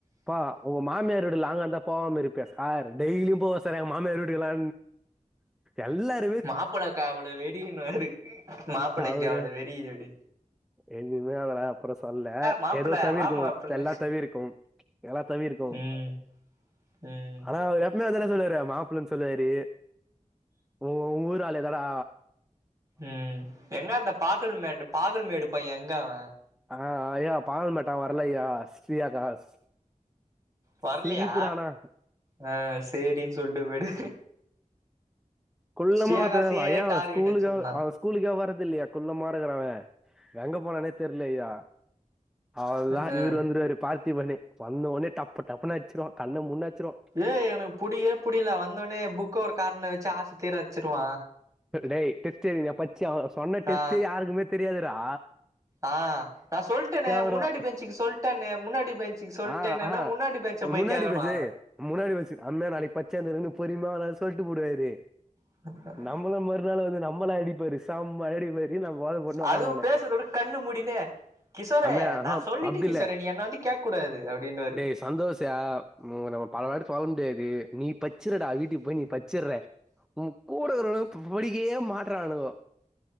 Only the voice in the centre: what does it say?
பா ஒங்க மாமியாரு வீடு லாங்காந்தா போவாம இருப்யா சார் டெய்லியு போவ சார் எங்க மாமியார் வீட்டுக்கலா எல்லாருமே எல்லா
அவரு
எதுவுமே அதெல்லா அப்பறோ சொல்ல
எது தவிர்க்கவு
எல்லா தவிர்கவு எலா தவிர்க்
அண்ணா அவுரு எப்பமேஅதானே சொல்லுவாரு மாப்ள்ளனு சொல்லாரு உ உங்க ஊராலு எங்கடா
ஆ ஐயா பாகல் மேட்டா வரலையா ஸ்ரீயா காஸ்
சிரிப்புடா ஆனா <inaudible>
குள்ளமா
ஒர்த்தவ ஐயா அவ
ஸ்கூலுக்கு
அவ ஸ்கூலுக்கே வரது இல்லையா குள்ளமா இருக்கறவ எங்க போனானே தெர்லையா அவ்ள்தா
இவரு வந்துருவாரு பார்த்திபன்னு வந்தோனே டப்பு டப்புன்னு அச்சிருவோ கண்ண மூன்னச்சிருவோ
டேய் டெஸ்ட் எய்தனயா பச்சியா சொன்ன டெஸ்ட்
யாருக்குமே தெரியாதுரா
வருவான்
ஆ ஆ
முன்னாடி
பேச்சு முன்னாடி வருசு அண்ண நாளைக்கு பச்சந்தருன்னு பொரிமாவானா சொல்ட்டு பூடுவாரு
நம்மலும் மறுநாள் வந்து நம்மள அடிப்பாரு சம்மயா அடிப்பாரு இப்டி நா போத போட்னே ஒக்காந்துக்கணு
அமேகம்
அப்டில்ல
டேய் சந்தோஷு ஆ உ நம்ம பல வாட்டி சொல்ல முடியாது நீ பச்சிருடா வீட்டுக்கு போய் நீ பச்சிற்ற ஒ கூட இருக்கனு படிக்கே மாட்றானுங்கோ